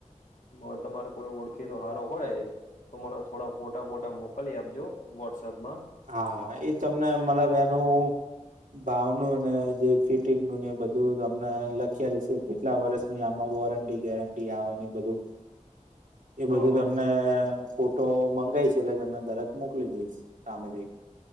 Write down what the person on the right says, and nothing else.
હા એ તમને મતલબ એનું ભાવ નું ને જે ફિટિંગ નું ને એ બધું તમને લખેલ છે, કેટલા વર્ષ આમાં વોરંટી ગેરંટી આવે બધુ
એ બધું તમને
ફોટો મંગાય છે, એટલે તમને તરત મોકલી દઈશ સામેથી